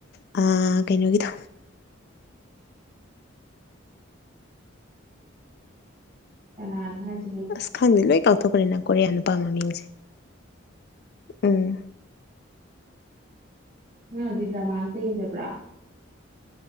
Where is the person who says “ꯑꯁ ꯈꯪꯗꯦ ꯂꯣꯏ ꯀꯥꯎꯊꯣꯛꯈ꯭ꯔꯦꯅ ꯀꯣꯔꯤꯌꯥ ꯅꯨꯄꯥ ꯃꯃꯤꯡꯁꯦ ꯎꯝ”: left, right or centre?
Left